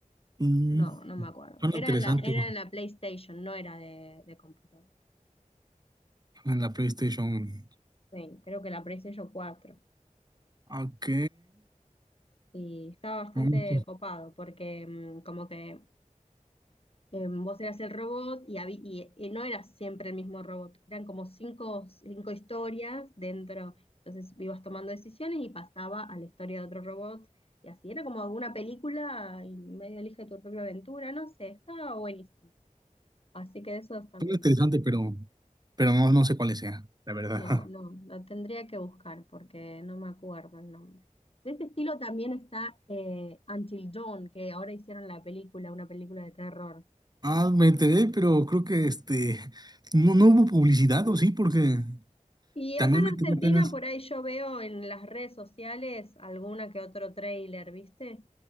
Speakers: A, on the right (about 30°); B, on the left (about 45°).
A: Mm,
B: No, no me acuerdo.
A: suena
B: Era
A: interesante
B: en la, era en la PlayStation, no era de, de computador
A: en la PlayStation.
B: Sí, creo que la PlayStation cuatro
A: Ok.
B: Y estaba bastante
A: Mm,
B: copado porque mm, como que eh, vos eras el robot y, habí- y, y no eras siempre el mismo robot, eran como cinco, cinco historias dentro, entonces ibas tomando decisiones y pasaba a la historia de otro robot y así, era como una película y medio elige tu propia aventura, no sé, estaba buenísimo. Así que eso también,
A: Suena interesante, pero, pero no, no sé cuál sea, la verdad.
B: no, no, lo tendría que buscar porque no me acuerdo el nombre. De este estilo también está eh, Until Dawn, que ahora hicieron la película, una película de terror.
A: Ah, me enteré, pero creo que este no, no hubo publicidad, ¿o sí? Porque
B: Y
A: también
B: acá en
A: me enteré
B: Argentina,
A: apenas.
B: por ahí yo veo en las redes sociales alguna que otro tráiler, ¿viste?